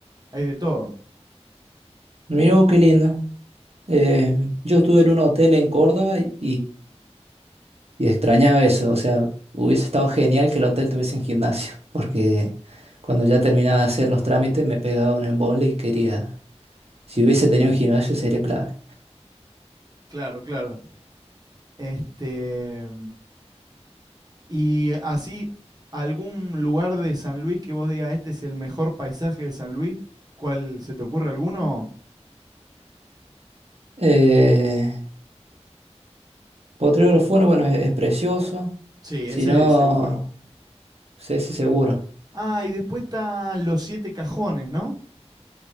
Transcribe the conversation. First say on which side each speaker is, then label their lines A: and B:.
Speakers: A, on the right (about 35°); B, on the right (about 60°).
A: hay de todo.
B: Mira, qué lindo. Eh, yo estuve en un hotel en Córdoba y, y extrañaba eso. O sea, hubiese estado genial que el hotel tuviese un gimnasio, <laughs> porque cuando ya terminaba de hacer los trámites me pegaba un embole y quería... Si hubiese tenido un gimnasio sería clave.
A: Claro, claro. Este, Y así, algún lugar de San Luis que vos digas, este es el mejor paisaje de San Luis, ¿cuál se te ocurre alguno?
B: Eh, Potrero Funes, bueno, es, es precioso.
A: Sí,
B: Si
A: ese
B: no,
A: es seguro.
B: sé si seguro.
A: Ah, y después están los siete cajones, ¿no?